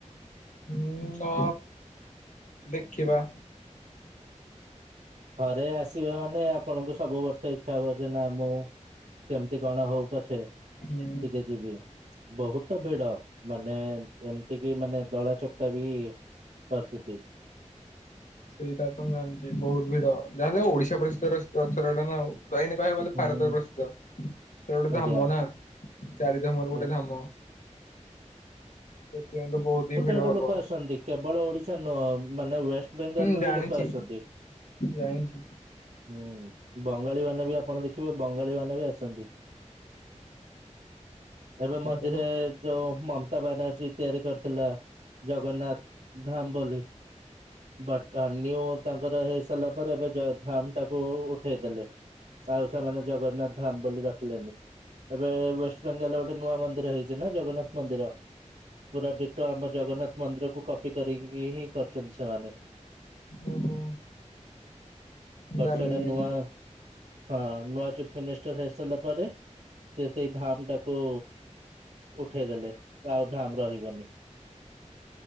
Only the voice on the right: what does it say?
ଥରେ ଆସିବେ ମାନେ ଆପଣଙ୍କୁ ସବୁ ବର୍ଷ ଇଚ୍ଛା ହବ ଯେ ନା ମୁଁ କେମିତି କଣ ହଉ ପଛେ
ଟିକେ ଯିବି। ବହୁତ ଭିଡ ମାନେ ଏମିତି କି ମାନେ ଦଳା ଚକଟା ବି ପରିସ୍ଥିତି
ହୁଁ
ଆଜ୍ଞା
ହଁ
ଆଡୁ
ଲୋକ ଆସନ୍ତି କେବଳ ଓଡିଶା ନୁହେଁ ମାନେ ୱେଷ୍ଟ ବେଙ୍ଗଲରୁୁ
ବି ଲୋକ ଆସୁଚନ୍ତି।
ହୁଁ ବଙ୍ଗାଳୀ ମାନେ ବି ଆପଣ ଦେଖିବେ ବଙ୍ଗାଳୀ ମାନେ ବି ଆସୁଚନ୍ତି। ଏବେ
ମଝିରେ
ଯୋଉ ମମତା ବାନାର୍ଜୀ ତିଆରି କରି ଥିଲା ଜଗନ୍ନାଥ ଧାମ ବୋଲି ବା ଅନ୍ୟୁ ତାଙ୍କର ହେଇ ସାରିଲା ପରେ ଏବେ ଜ ଧାମ ଟାକୁ ଉଠେଇଦେଲେ। ଆଉ ସେମାନେ ଜଗନ୍ନାଥ ଧାମ ବୋଲି ରଖିଲେନି। ଏବେ ୱେଷ୍ଟବେେଙ୍ଗଲ ଗୋଟେ ନୂଆ ମନ୍ଦିର ହେଇଚି ନା ଜଗନ୍ନାଥ ମନ୍ଦିର ପୁରା ଡିଟୋ ଟ ଆମ ଜଗନ୍ନାଥ ମନ୍ଦିର କୁ କପି କରିକି ହିଁ କରିଚନ୍ତି ସେମାନେ।
ବର୍ଷା
ଟା ନୂଆ
ହଁ ନୂଆ ଚିଫ୍ ମିନିଷ୍ଟର ହେଇ ସାରିଲା ପରେ ସେ ସେଇ ଧାମ ଟାକୁ ଉଠେଇଦେଲେ ତ ଆଉ ଧାମ ରହିବନି।